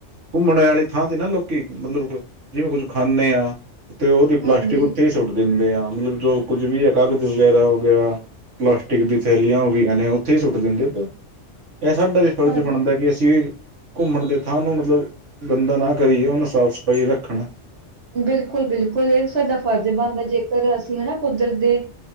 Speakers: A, on the right; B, on the right.
A: ਘੁੰਮਣ ਵਾਲੀ ਥਾਂ ਤੇ ਨਾ ਲੋਕੀ, ਮਤਲਬ ਜਿਵੇਂ ਕੁੱਝ ਖਾਂਣੇ ਆਂ ਤੇ ਉਹਦੀ ਪਲਾਸਟਿਕ
B: ਹਾਂਜੀ
A: ਉੱਥੇ ਹੀ ਸੁੱਟ ਦਿੰਦੇ ਆ, ਮਤਲਬ ਜੋ ਕੁੱਝ ਵੀ ਹੈ, ਕਾਗਜ਼ ਵਗੈਰਾ ਹੋ ਗਿਆ ਪਲਾਸਟਿਕ ਦੀ ਥੈਲੀਆਂ, ਉਹ ਵੀ ਨੇ ਉੱਥੇ ਹੀ ਸੁੱਟ ਦਿੰਦੇ ਤੇ ਇਹ ਸਾਡਾ ਵੀ ਫਰਜ਼
B: ਹਾਂ
A: ਬਣਦਾ ਕਿ ਅਸੀਂ ਘੁੰਮਣ ਦੇ ਥਾਂ ਨੂੰ, ਮਤਲਬ ਗੰਦਾ ਨਾ ਕਰੀਏ, ਉਹਨੂੰ ਸਾਫ਼ ਸਫ਼ਾਈ ਰੱਖਣ
B: ਬਿਲਕੁਲ- ਬਿਲਕੁਲ ਇਹ ਸਾਡਾ ਫਰਜ਼ ਬਣਦਾ, ਜੇਕਰ ਅਸੀਂ ਹਨਾ ਕੁਦਰਤ ਦੇ